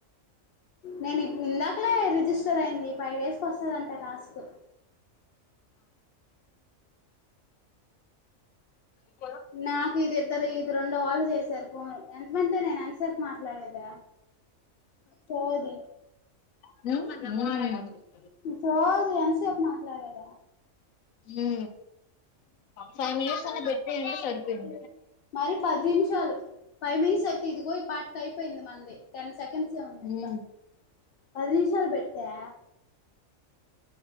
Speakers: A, on the left; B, on the left.
A: నేను ఇందాకలే రిజిస్టర్ అయింది ఫైవ్ డేస్కి వస్తుందంట టాస్క్
B: హ
A: నాకు ఇది ఇద్దరు ఇది రెండో వాళ్ళు చేసారు ఫోన్ ఎంతమందింత నేను ఎంత సేపు మాట్లాడేదా సోది
B: హు హు
A: సోది ఎంత సేపు పు మాట్లాడేది
B: ఉ ఫైవ్ మినిట్స్ అనే పెట్టేది ఉంటే సరిపోయేది
A: మరి పది నిమిషాలు ఫైవ్ మినిట్స్ అయితే ఇదిగో ఈ పాటకి అయిపోయింది మనది. టెన్ సెకండ్స్ ఉంది
B: హ్మ్
A: ఇంకా పది నిమిషాలు పెట్టా